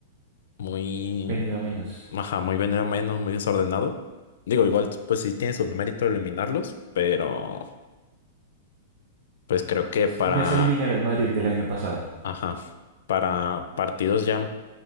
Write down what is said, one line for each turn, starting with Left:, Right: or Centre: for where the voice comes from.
Left: muy,
Right: venido a menos.
Left: ajá, muy venido menos, muy desordenado. Digo, igual, pues sí tiene su mérito eliminarlos, pero pues creo que
Right: Sí,
Left: para,
Right: No es eliminar al Madrid del año pasado.
Left: ajá, para partidos ya.